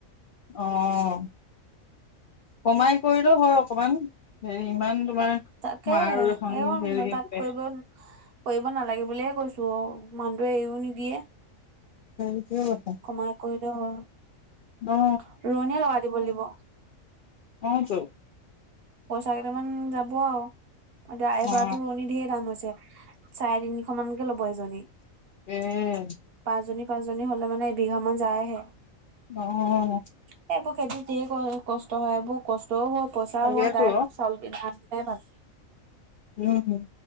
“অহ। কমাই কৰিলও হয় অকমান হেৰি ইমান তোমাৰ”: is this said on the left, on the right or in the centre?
Left